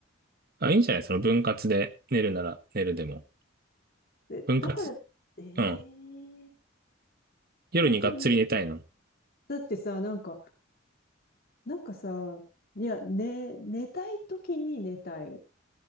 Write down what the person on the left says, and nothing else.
で、
だから、え
え
だから、だってさ、なんか、なんかさ、いや、寝、寝たい時に寝たい。